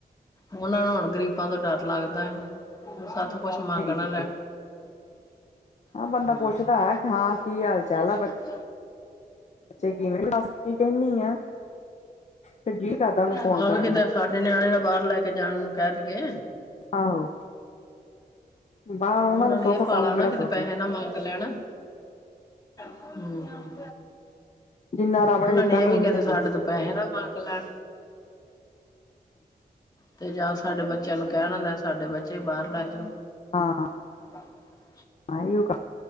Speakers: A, on the left; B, on the left.
A: ਓਨਾਂ ਨੂੰ ਹੁਣ ਗਰੀਬਾਂ ਤੋਂ ਡਰ ਲੱਗਦਾ ਐ ਨਾ, ਸਾਥੋਂ ਕੁਛ ਮੰਗ
B: ਹੈਗੀ ਕਿਤੇ
A: ਨਾ ਲੈਣ।
B: ਹਾਂ
A: ਆਪਾਂ
B: ਬੰਦਾ
A: ਤਾਂ
B: ਪੁੱਛਦਾ
A: ਪੁੱਛਨਾ ਐ
B: ਹੈ
A: ਹਾਂ
B: ਕੀ
A: ਕਿ ਹਾਲ- ਚਾਲ
B: ਆ
A: ਐ <unintelligible>
B: ਬੱਚੇ ਕਿਵੇਂ ਦੱਸ ਕੀ ਕਹਿੰਨੀ ਆ ਫਿਰ ਜੀਅ ਕਰਦਾ ਉਹਨੂੰ ਫੋਨ
A: ਹਾਂ
B: ਕਰਨ
A: ਵੀ, ਕਿਤੇ
B: ਨੂੰ
A: ਸਾਡੇ ਨਿਆਣੇ ਨਾ ਬਾਰ ਲੈ ਕੇ ਜਾਣ ਨੂੰ ਕੇ ਦੀਏ।
B: ਆਹੋ। ਬਾਹਰ ਉਹਨਾਂ
A: ਓਨਾਂ
B: ਨੂੰ ਸੁੱਖ
A: ਨੇ ਏ ਪਾਲਾ
B: ਸਾਨੂੰ ਕਿਹੜਾ
A: ਨਾ ਕਿਤੇ
B: ਸੁੱਖ
A: ਪੈਸੇ ਨਾ ਮੰਗ ਲੈਣ। ਹਮ,
B: ਜਿੰਨਾ ਰੱਬ
A: ਓਨਾਂ
B: ਦਿੱਤਾ
A: ਨੇ
B: ਸਾਨੂੰ
A: ਏ ਵੀ
B: ਓਨੀ
A: ਕੇ
B: ਕੰਜੂਸ
A: ਤਾ ਸਾਡੇ ਤੋਂ ਪੈਸੇ ਨਾ ਮੰਗ ਲੈ ਤੇ ਜਾਂ ਸਾਡੇ ਬੱਚਿਆਂ ਨੂੰ ਕੈਨਾ ਆਲੈ ਸਾਡੇ ਬੱਚੇ ਵੀ ਬਾਰ ਲੈ ਜੋ।
B: ਹਾਂ-ਹਾਂ।
A: <inaudible>
B: ਆਈਓ ਕਾ